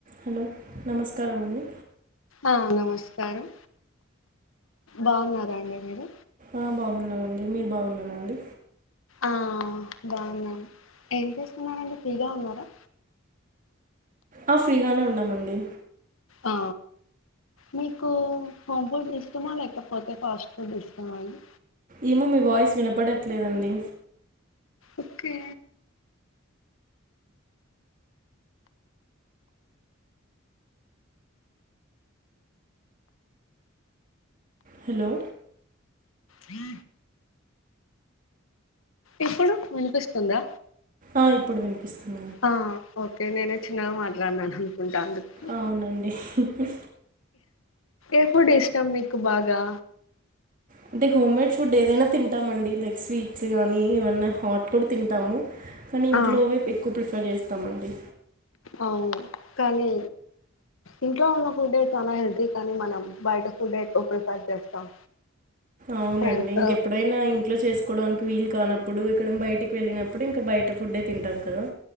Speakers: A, on the right; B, on the left.
A: Hello నమస్కారమండి
B: ఆ నమస్కారం బాగున్నారండి మీరు
A: ఆ బాగున్నామండి మీరు బాగున్నారా అండి.
B: ఆ దాన్నా ఎం చేసున్నారండి ఫ్రీగా ఉన్నారా?
A: ఆ ఫ్రీగానే ఉన్నామండి.
B: ఆ మీకు హోమ్ ఫుడ్ ఇస్టమా, లేకపోతే ఫాస్ట్ ఫుడ్ ఇస్టమా అండి.
A: ఏమో మీ వాయిస్ వినపడట్లేదండి.
B: ఓకే
A: హలో
B: హ ఇప్పుడు వినిపిస్తుందా?
A: ఆ ఇప్పుడు వినిపిస్తుంది.
B: ఆ ఓకే నేనే చిన్నగా మాట్లాడినాను. అనుకుంటా అందుకు
A: అవునండి హుహు
B: ఎప్పుడు ఇష్టం మీకు బాగా
A: అంటే హోమ్ మేడ్ ఫుడ్ ఏదైనా తింటామండి. లైక్ స్వీట్స్ గానీ, ఏమన్నా హాట్ కూడా తింటాము. కానీ ఇంట్లోవే
B: ఆ
A: ఎక్కువ ప్రిప్ చేస్తామండి.
B: అవును కానీ ఇంట్లో ఉన్న ఫుడే చాలా హెల్తీ కానీ మనం బయట ఫుడ్ ఎక్కువ ప్రిఫర్ చేస్తాం.
A: అవునండి
B: ఫ్రెండ్స్
A: ఇంకెప్పుడైనా
B: తో
A: ఇంట్లో చేసుకు వండుకోవడానికి వీల్ కానప్పుడు ఇక్కడ బయటికి వెళ్ళినప్పుడు ఇంకా బయట ఫుడ్డే తింటాం కదా.